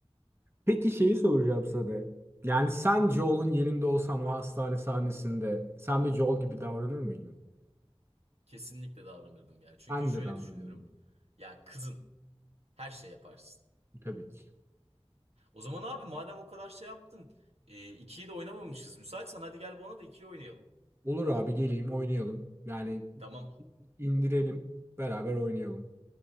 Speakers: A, on the right; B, on the right.
A: Peki şeyi soracağım sana. Yani sen Joel'un yerinde olsan o hastane sahnesinde sen de Joel gibi davranır mıydın?
B: Kesinlikle davranırdım ya. Çünkü
A: Ben
B: şöyle
A: de davranırdım.
B: düşünüyorum. Ya kızın her şey yaparsın.
A: Tabii ki.
B: O zaman abi madem o kadar şey yaptın. E, ikiyi de oynamamışız. Müsaitsen hadi gel bana da ikiyi oynayalım.
A: Olur abi geleyim oynayalım. Yani
B: Tamam.
A: indirelim beraber oynayalım.